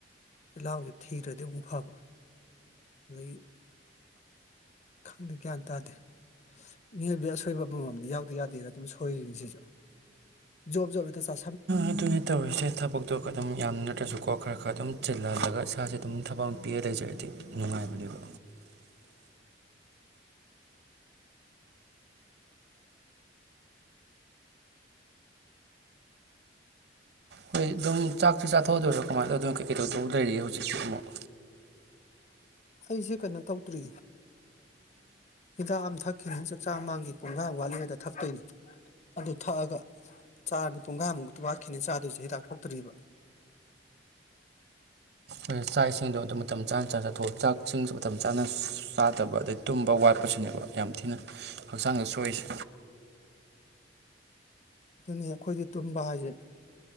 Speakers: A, on the left; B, on the right.
A: ꯆꯤꯜꯍꯥꯎꯁꯦ ꯊꯤꯔ꯭ꯔꯗꯤ ꯑꯃꯨꯛ ꯐꯕ ꯑꯗꯒꯤ ꯈꯪꯗꯦ ꯒ꯭ꯌꯥꯟ ꯇꯥꯗꯦ ꯃꯤꯑꯣꯏꯕ ꯑꯁꯣꯏꯕ ꯑꯃꯃꯝꯗꯤ ꯌꯥꯎꯗ ꯌꯥꯗꯦꯅ ꯑꯗꯨꯝ ꯁꯣꯏꯔꯤꯅꯤ ꯁꯤꯁꯨ ꯖꯣꯕ ꯖꯣꯕ ꯍꯦꯛꯇ ꯆ
B: ꯑꯗꯨꯅ ꯇꯧꯔꯤꯁꯦ ꯊꯕꯛꯇꯣ ꯑꯗꯨꯝ ꯌꯥꯝ ꯅꯠꯇ꯭ꯔꯁꯨꯀꯣ ꯈꯔ ꯈꯔ ꯑꯗꯨꯝ ꯆꯤꯜꯍꯜꯂꯒ ꯏꯁꯥꯁꯦ ꯑꯗꯨꯝ ꯊꯕꯛ ꯑꯃ ꯄꯤꯔ ꯂꯩꯖꯔꯗꯤ ꯅꯨꯡꯉꯥꯏꯕꯅꯦꯕ ꯍꯣꯏ ꯑꯗꯨꯝ ꯆꯥꯛꯁꯤ ꯆꯥꯊꯣꯛꯑꯗꯣꯏꯔꯣ ꯀꯃꯥꯏꯅ ꯇꯧ ꯑꯗꯨꯝ ꯀꯩꯀꯩ ꯇꯧꯗꯧ ꯂꯩꯔꯤꯒꯦ ꯍꯧꯖꯤꯛꯁꯦ ꯑꯃꯨꯛ
A: ꯑꯩꯁꯦ ꯀꯩꯅꯣ ꯇꯧꯗ꯭ꯔꯤ ꯍꯤꯗꯥꯛ ꯑꯃ ꯊꯛꯈꯤꯅꯤ ꯆꯥꯛꯆꯥ ꯃꯥꯡꯒꯤ ꯄꯨꯡꯈ꯭ꯔꯥꯏꯃꯨꯛ ꯋꯥꯠꯂꯤꯉꯩꯗ ꯊꯛꯇꯣꯏꯅꯤ ꯑꯗꯨ ꯊꯛꯑꯒ ꯆꯥꯅꯤ ꯄꯨꯡꯈ꯭ꯔꯥꯏꯃꯨꯛꯇꯤ ꯋꯥꯠꯈꯤꯅꯤ ꯆꯥꯗꯣꯏꯁꯦ ꯍꯤꯗꯥꯛ ꯊꯇ꯭ꯔꯤꯕ
B: ꯎ ꯆꯥꯛ ꯏꯁꯤꯡꯗ ꯑꯗꯨꯗ ꯃꯇꯝ ꯆꯥꯅ ꯆꯥꯊꯣꯛꯏ ꯆ ꯆꯥꯛꯁꯤꯡꯁꯨ ꯃꯇꯝ ꯆꯥꯅ ꯆꯥꯗꯕ ꯑꯗꯩ ꯇꯨꯝꯕ ꯋꯥꯠꯄꯁꯤꯅꯦꯕ ꯌꯥꯝ ꯊꯤꯅ ꯍꯛꯆꯥꯡꯗ ꯁꯣꯛꯏꯁꯦ
A: ꯑꯗꯨꯅꯤ ꯑꯩꯈꯣꯏꯒꯤ ꯇꯨꯝꯕ ꯍꯥꯏꯁꯦ